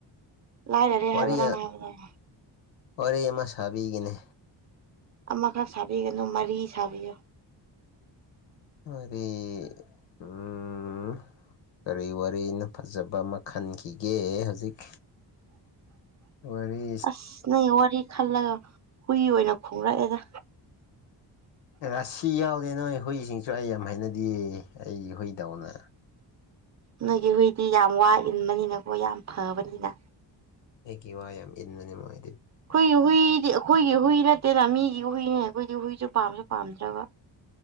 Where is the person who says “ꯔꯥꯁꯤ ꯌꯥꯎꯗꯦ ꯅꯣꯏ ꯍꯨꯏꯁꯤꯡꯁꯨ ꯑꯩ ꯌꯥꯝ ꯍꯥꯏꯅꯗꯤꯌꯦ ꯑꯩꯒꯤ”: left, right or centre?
Left